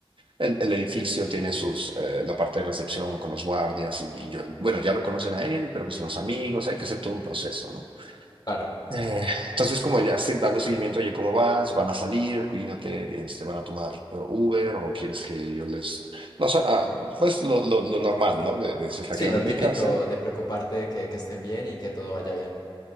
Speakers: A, on the right; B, on the left.
A: El, el edificio tiene sus, eh, la parte de recepción con los guardias y, y yo, bueno, ya lo conocen a él, pero pues los amigos, hay que hacer todo un proceso, ¿no?
B: Claro.
A: Eh, entonces, como ya se- dando seguimiento, oye, ¿cómo vas? ¿Van a salir? Cuídate, este, ¿van a tomar eh, Uber o quieres que yo les... No, sé, ah, pues lo, lo, lo normal, ¿no? De, de se está
B: Sí,
A: quedando
B: lo
A: en
B: típico
A: mi casa.
B: de preocuparte que, que estén bien y que todo vaya bien.